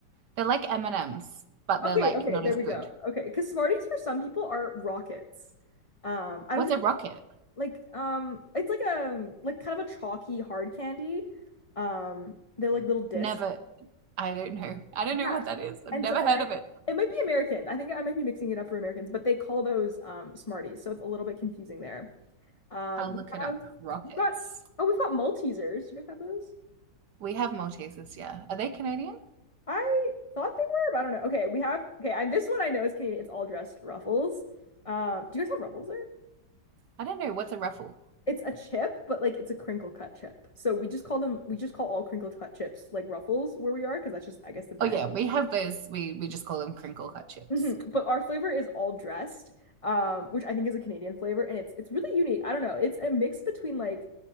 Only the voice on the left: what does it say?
Okay,
okay,
there
we
go. Okay, because Smarties for some people are rockets. Um, I
don't think
like um it's like a like kind of a chalky hard candy. Um, they're like little discs.
Yeah,
And
so and
I,
it might be American. I think I might be mixing it up for Americans, but they call those um, Smarties, so it's a little bit confusing there. Um,
we
have
we've got oh, we've got Maltesers. You guys have those?
I thought they were, but I don't know. Okay, we have okay. I, this one I know is Canadian. It's all dressed Ruffles. Um, do you guys have Ruffles there?
It's a chip, but like it's a crinkle cut chip. So we just call them. We just call all crinkle cut chips like Ruffles where we are, because that's just I guess the brand
hmm But our flavor is all dressed, um, which I think is a Canadian flavor, and it's it's really unique. I don't know. It's a mix between like